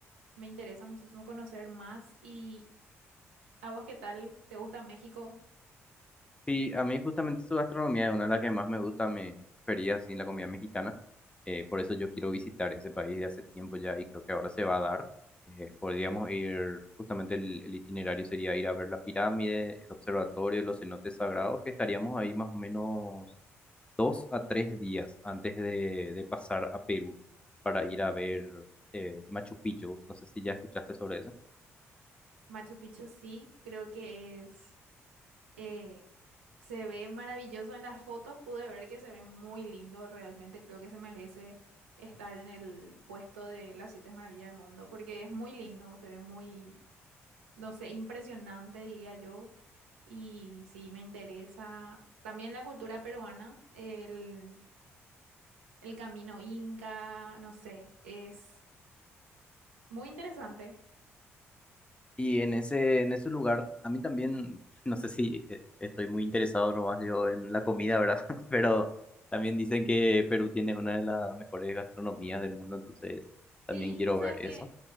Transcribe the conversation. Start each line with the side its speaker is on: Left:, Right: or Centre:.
Right: me interesa muchísimo conocer más. ¿Y a vos qué tal? ¿Te gusta México?
Left: Sí, a mí justamente su gastronomía es una de las que más me gusta, me prefería así en la comida mexicana. Eh, por eso yo quiero visitar ese país de hace tiempo ya y creo que ahora se va a dar. Eh, podríamos ir, justamente el, el itinerario sería ir a ver la pirámide, el observatorio, los cenotes sagrados, que estaríamos ahí más o menos dos a tres días antes de, de pasar a Perú para ir a ver eh, Machu Picchu. No sé si ya escuchaste sobre eso.
Right: Machu Picchu sí, creo que es, eh, se ve maravilloso en las fotos, pude ver que se ve muy lindo, realmente creo que se merece estar en el puesto de las siete maravillas del mundo, porque es muy lindo, se ve muy, no sé, impresionante, diría yo. Y sí, me interesa también la cultura peruana, el el camino inca, no sé, es muy interesante.
Left: Y en ese, en ese lugar, a mí también, no sé si eh, estoy muy interesado nomás yo en la comida, ¿verdad? <laughs> Pero también dicen que Perú tiene una de las mejores gastronomías del mundo, entonces también
Right: Sí,
Left: quiero
Right: vos
Left: ver
Right: sabes
Left: eso.
Right: que